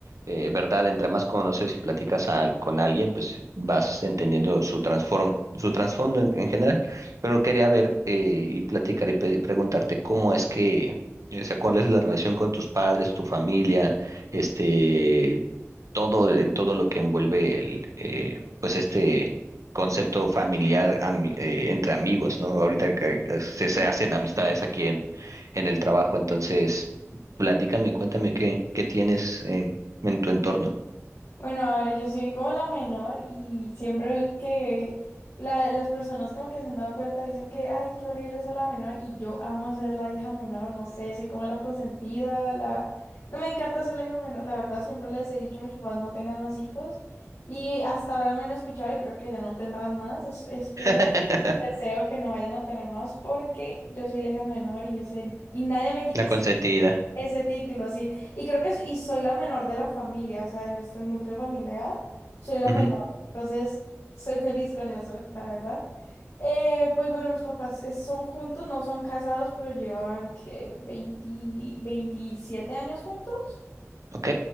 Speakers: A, on the right (about 85°); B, on the left (about 65°).
A: eh, verdad, entre más conoces y platicas al- con alguien, pues vas entendiendo su transform, su trasfondo en, en general. Pero quería ver eh, y platicar y pe- preguntarte cómo es que, o sea, cuál es la relación con tus padres, tu familia, este, todo, eh, todo lo que envuelve el, eh, pues este concepto familiar ami- eh, entre amigos, ¿no? Ahorita que eh, se, se hacen amistades aquí en, en el trabajo, entonces platícame, cuéntame qué, qué tienes en, en tu entorno.
B: Bueno, a ver, yo soy como la menor y siempre que la- las personas como que se han dado cuenta dicen que, ay, qué horrible ser la menor y yo amo ser la hija menor, no sé, soy como la consentida, la... No me encanta ser la hija menor, la verdad, siempre les he dicho a mis papás no tengan más hijos y hasta ahora me han escuchado y creo que ya no tendrán más, es- espero,
A: <laughs>
B: deseo que no vayan a tener más porque yo soy la hija menor y, ese, y nadie me quita
A: La consentida.
B: Ese título, sí. Y creo que s- y soy la menor de la familia, o sea, de nuestro núcleo familiar, soy la
A: Ujú.
B: menor. Entonces, soy feliz con eso, la verdad. Eh, pues bueno, mis papás eh, son juntos, no son casados, pero llevan que 20 27 años juntos.
A: Ok,